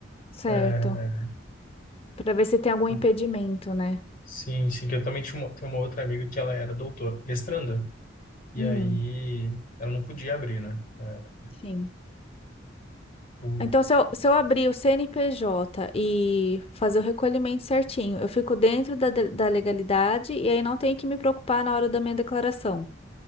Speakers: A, on the left; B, on the left.
A: Certo.
B: É,
A: Para ver se tem algum
B: Por-
A: impedimento, né?
B: Sim, sim, que eu também tinha uma, tenho uma outra amiga que ela era doutora, mestranda, e
A: Hum,
B: aí ela não podia abrir, né? É,
A: sim.
B: o,
A: Então, se eu, se eu abrir o CNPJ e fazer o recolhimento certinho, eu fico dentro da, de- da legalidade e aí não tenho que me preocupar na hora da minha declaração.